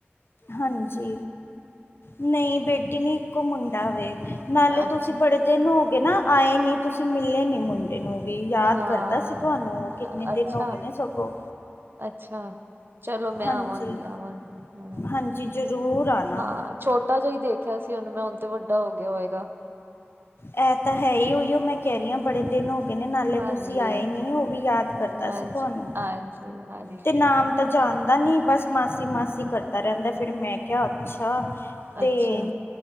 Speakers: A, on the left (about 60°); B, on the right (about 55°).
A: ਹਾਂਜੀ! ਨਈਂ ਬੇਟੀ ਨੀ, ਇੱਕੋ ਮੁੰਡਾ ਵੇ। ਨਾਲੇ
B: ਅੱਛਾ
A: ਤੁਸੀਂ ਬੜੇ ਦਿਨ ਹੋ ਗਏ ਨਾ ਆਏ ਨੀਂ ਤੁਸੀਂ ਮਿਲੇ ਨੀ ਮੈਨ ਈਨੂੰ ਵੀ ਯਾਦ
B: ਹਾਂ
A: ਕਰਦਾ ਸੀ ਤੁਹਾਨੂੰ ਉਹ ਕਿੰਨੇ
B: ਅੱਛਾ
A: ਦਿਨ ਹੋਗ ਨੇ ਸਗੋਂ।
B: ਅੱਛਾ, ਚਲੋ ਮੈਂ
A: ਹਾਂਜੀ
B: ਆਵਾਂਗੀ, ਆਵਾਂਗੀ ਆਵਾਗੀ,
A: ਹਾਂਜੀ ਜ਼ਰੂਰ ਆਣਾ
B: ਹਾਂ। ਛੋਟਾ ਜਿਆ ਈ ਦੇਖਿਆ ਸੀ ਉਨੂੰ ਮੈਂ ਹੁਣ ਤੇ ਵੱਡਾ ਹੋ ਗਿਆ ਹੋਏਗਾ।
A: ਐਹ ਤਾਂ ਹੈ ਹੀ ਉਹੀਓ ਮੈਂ ਕਹਿ ਰਹੀ ਹਾਂ ਬੜੇ ਦਿਨ ਹੋ ਗਏ ਨੇ ਨਾਲੇ
B: ਹਾਂਜੀ
A: ਤੁਸੀਂ ਆਏ ਨੀ ਉਹ ਵੀ ਯਾਦ ਕਰਤਾ
B: ਹਾਂਜੀ
A: ਸੀ ਤੁਹਾਨੂੰ।
B: ਹਾਂਜੀ ਹਾਂਜੀ
A: ਤੇ ਨਾਮ ਤਾਂ ਜਾਣਦਾ ਨੀ ਬਸ ਮਾਸੀ- ਮਾਸੀ ਕਰ ਕਰਦਾ ਰਹਿੰਦਾ ਫਿਰ ਮੈਂ ਕਿਹਾ ਅੱਛਾ ਤੇ,
B: ਅੱਛਾ